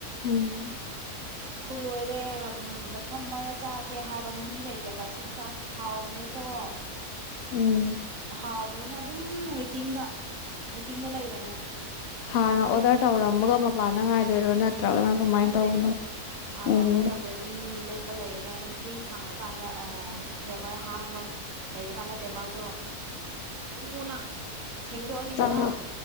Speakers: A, on the left; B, on the right.
A: ꯎꯝ
B: ꯐꯨꯜ ꯑꯣꯏꯔꯦ ꯃꯐꯝ ꯑꯃꯗ ꯆꯥꯒꯦ ꯍꯥꯏꯕ ꯃꯤ ꯂꯩꯇꯦꯕ ꯁꯤ ꯆꯥꯛ ꯍꯥꯎꯕꯅꯦ ꯀ ꯀꯣ
A: ꯎꯝ
B: ꯍꯥꯎ ꯐꯕꯅꯤꯅ ꯑꯗꯨꯝ ꯋꯦꯇꯤꯡꯗ ꯋꯦꯇꯤꯡꯗ ꯂꯩꯒꯅꯤ
A: ꯍꯥꯟꯅ
B: ꯋꯦꯇꯤꯡ
A: ꯑꯣꯔꯗꯔ ꯇꯧꯔꯝꯃꯒ ꯃꯄꯥꯟꯗ ꯉꯥꯏꯗꯣꯏꯔꯣ ꯅꯠꯇ꯭ꯔꯒꯅ ꯀꯃꯥꯏꯅ
B: ꯅꯠꯇꯦ
A: ꯇꯧꯕꯅꯣ꯫
B: ꯍꯥꯟꯅ
A: ꯎꯝ
B: ꯑꯣꯗꯔ ꯇꯧ ꯑꯗꯩ ꯑꯗꯨꯝ ꯂꯦꯞꯄ ꯂꯩꯔꯦꯅꯦ ꯑꯗꯨꯝ ꯐ꯭ꯔꯤ ꯐꯪꯉꯀꯥꯟꯗ ꯗꯦꯕꯔ ꯍꯥꯡꯕ ꯂꯩꯔꯀꯥꯟꯅ ꯇꯦꯕꯥꯜꯗꯣ ꯊꯨꯅ ꯁꯦꯡꯗꯣꯛꯑꯅꯤꯗꯅ
A: ꯆꯪꯉꯛ